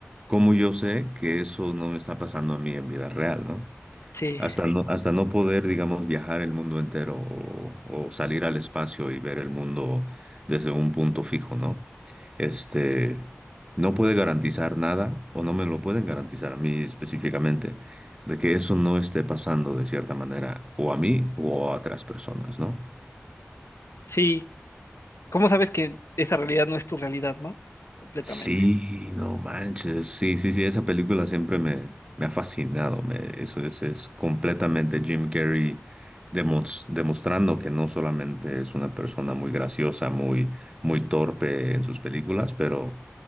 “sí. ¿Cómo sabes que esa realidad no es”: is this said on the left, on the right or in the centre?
Left